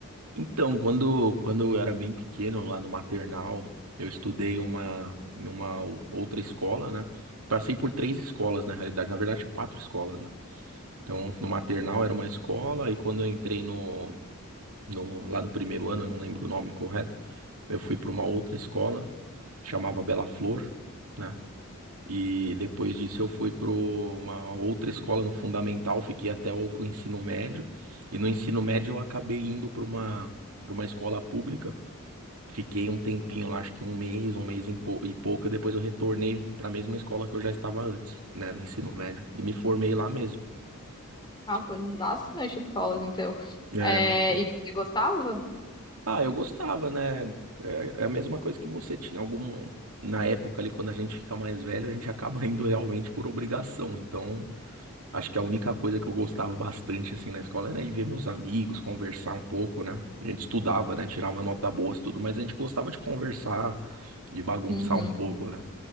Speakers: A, on the right; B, on the left.
A: Então, quando, quando eu era bem pequeno, lá no maternal, eu estudei uma, em uma ou- outra escola, né? Passei por três escolas, na realidade, na verdade, quatro escolas, né? Então, no maternal era uma escola, e quando eu entrei no, no- lá no primeiro ano, eu não lembro o nome correto. Eu fui para uma outra escola, chamava Bela Flor, né? E depois disso eu fui para uma outra escola no fundamental, fiquei até o o ensino médio. E no ensino médio eu acabei indo para uma para uma escola pública. Fiquei um tempinho lá, acho que um mês, um mês em pou- e pouco, depois eu retornei para a mesma escola que eu já estava antes, né, no ensino médio, e me formei lá mesmo.
B: Ah, foi
A: E-
B: bastante escolas, então.
A: É,
B: É,
A: então,
B: e você gostava?
A: Ah, eu gostava, né? É é a mesma coisa que você tinha algum na época ali quando a gente fica mais velho, a gente acaba <laughs> indo realmente por obrigação. Então, acho que a única coisa que eu gostava bastante assim na escola era ir ver meus amigos, conversar um pouco, né? A gente estudava, né? Tirava nota boa, tudo, mas a gente gostava de conversar, de bagunçar
B: Uhum.
A: um pouco, né?